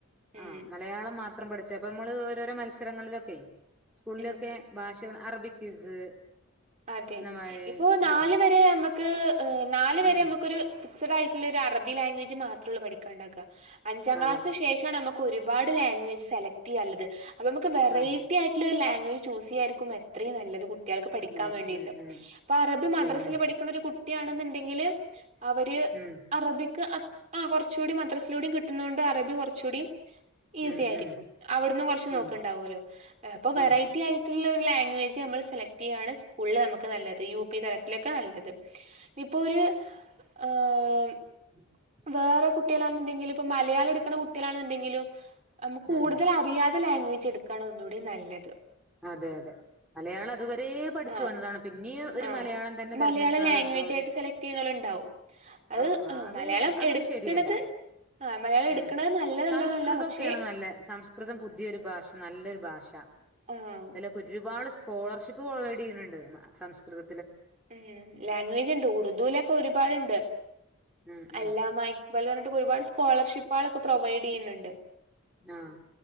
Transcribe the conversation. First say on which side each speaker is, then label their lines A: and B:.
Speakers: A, in the centre; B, on the right.
A: ആഹ്
B: ഉം
A: മലയാളം മാ ത്രം പഠിച്ചു അപ്പ നമ്മള് ഓരോരോ മത്സരങ്ങളിലൊക്കെയ് സ്കൂളിലൊക്കെ
B: ഉം
A: ഭാഷ അറബി ക്വിസ്
B: അതെ
A: എന്നമാരി
B: ഇപ്പോ നാല്
A: ആഹ്
B: വരെ നമ്മ ക്ക് ഏ നാല് വരെ
A: ഉം
B: നമ്മക്കൊരു ക്സഡായിട്ടുള്ളൊരു അറബി ലാംഗ്വേജ് മാത്രേള്ളൂ പഠിക്കണ്ടാക. അഞ്ചാം ക്ലാസിന്
A: അതെ
B: ശേഷം ആണ് നമ്മ ക്ക് ഒരുപാട് ലാംഗ്വേജ് സെലക്ട് ചെയ്യാനിള്ളത്. അപ്പ നമുക്ക് വെറൈറ്റി
A: ആഹ്
B: ആയിട്ടുള്ള ഒരു ലാംഗ്വജ് ചൂസ് ചെയ്യായിരിക്കും എത്രയും നല്ലത് കുട്ട്യാ ക്കാൻ
A: ഉം
B: വേണ്ടീട്ട്
A: ഉം ഉം
B: അപ്പ അറബി മദ്രാസില്
A: അതന്നെ
B: പഠിക്കണ ഒരു കുട് ട്ടി ആണെന്ന്ണ്ടെങ്കില് അവര്
A: ഉം
B: അറബിക്ക് അ ആഹ് കുറച്ചുകൂടി മദ്രാസിലൂടെയും കിട്ടുന്നോണ്ട് അറബി കൊറച്ചുകൂടിം ഈസി
A: ഉം
B: ആയിരിക്കും,
A: ഉം
B: അവിടന്ന് കൊറച്ച് നോക്കണ്ടാവുല്ലോ
A: ഉം
B: എഹ് അപ്പോ വെറൈറ്റി
A: ഉം
B: ആയിട്ടുള്ള ഒ ലാംഗ്വേ ഇത് നമ്മൾ സെലക്ട് ചെയ്യാണ് സ് ഉള്ള് നമുക്ക് നല്ലത് യു പി തലത്തിലൊക്കെ നല്ലത് ഇപ്പോ ഒര് ആഹ്
A: ഉം ഉം
B: വേറെ കുട്ട്യേളാണ് ന്ന്ണ്ടെങ്കിലും ഇപ്പൊ മലയാളം ഇട്ക്ക്ണ കുട്ട്യേളാണ് ണെന്ന്ണ്ടെങ്കിലും നമുക്ക്
A: ഉം
B: കൂടുതൽ അറിയാത ലാംഗ്വ ഇടുക്കാണ് ഒന്നൂടി നല്ലത്
A: അതെ അതെ മലയാളം അതുവരേ പ് പഠിച്ചു
B: ആഹ്
A: വന്നതാണ് പിന്നീ ഒര്
B: ആഹ്
A: മലയാളം തന്നെ തെരെഞ്ഞെടുക്ക്ണ
B: മലയാളം ലാംഗ്വേജ്
A: അതെന്തോ ഒര്
B: ആയിട്ട് സെലക്ട് ചെയ്യണോലുണ്ടാവും അത്
A: ആഹ് അത്
B: മലയാളം
A: അത്
B: എടുക്കണത്
A: ഒരു ശരിയല്ല.
B: ആഹ് മലയാളം എടുക്കണത്
A: ഉം
B: നല്ലതല്ലാന്നല്ല
A: സംസ്കൃതൊക്കേണ്
B: പക്ഷെ
A: നല്ല സംസ്കൃതം പുതിയൊരു ഭാഷ നല്ലെരു ഭാഷ
B: ആഹ്
A: അതിലൊക്കെ ഒരുപാട് സ്കോളർഷിപ്പ് പ്രൊവൈഡ് ചെയ്യ്ണ് ണ്ട് സംസ്കൃത
B: ഉം ലാംഗ്വേജ് ണ്ട് ഉറുദുലൊക്കെ ഒരുപാട്ണ്ട്
A: ഉം ഉം
B: അല്ല മായക്ബൽ പർഞ്ഞിട്ട് ഒരുപാട് സ്കോളർഷി പ്പാളൊക്കെ പ്രൊവൈഡെയ്യ്ന്ന്ണ്ട്.
A: ആഹ്